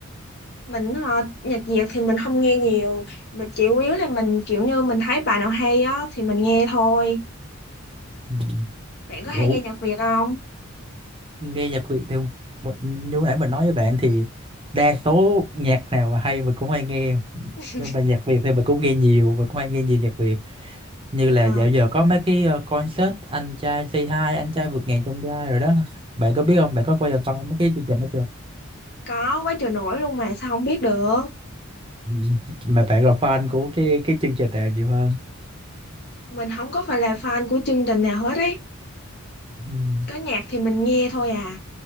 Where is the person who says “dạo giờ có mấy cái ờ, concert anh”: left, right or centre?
Right